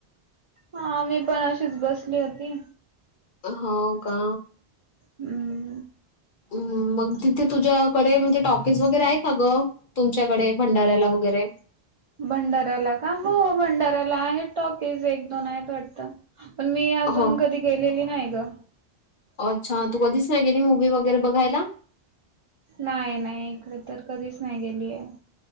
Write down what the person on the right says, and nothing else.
हा मी पण अशीच बसली होती.
हम्म.
भंडाऱ्याला का हो भंडाऱ्याला आहे टॉकीज एक, दोन आहेत वाटतं. पण मी अजून
कधी गेलेली नाही ग.
नाही नाही इकडे तर कधीच नाही गेलीय.